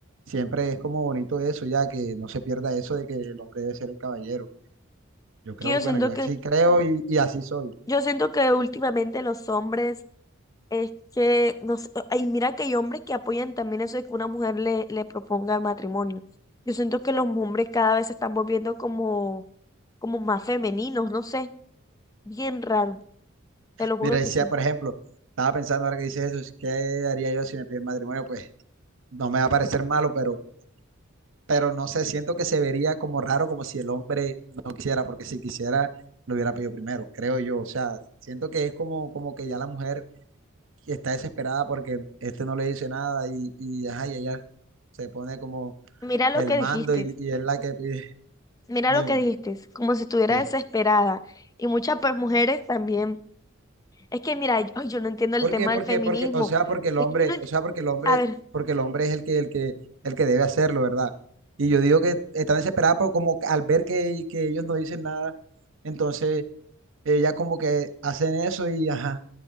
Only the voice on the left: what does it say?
que yo
siento
que
Yo siento que últimamente los hombres es que, no sé, y mira que hay hombres que apoyan también eso de que una mujer le, le proponga el matrimonio. Yo siento que los hombres cada vez se están volviendo como, como más femeninos, no sé, bien raro, te lo juro
que sí.
Mira lo
que
dijiste,
mira
lo que dijiste, como si estuviera
desesperada. Y muchas pues mujeres también. Es que mira, yo, ay, yo no entiendo
el tema
del feminismo.
Es
que yo no, ent-
a ver.